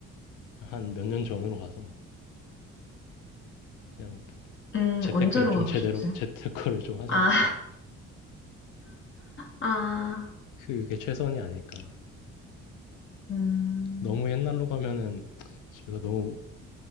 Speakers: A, on the left; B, on the left.
A: 한 몇 년 전으로 가서 그냥
B: 음,
A: 재테크를
B: 언제로
A: 좀
B: 가고
A: 제대로
B: 싶으세요?
A: 재테크를 좀 하지
B: 아,
A: 않을까.
B: 아,
A: 그게 최선이 아닐까.
B: 음,
A: 너무 옛날로 가면은 저희가 너무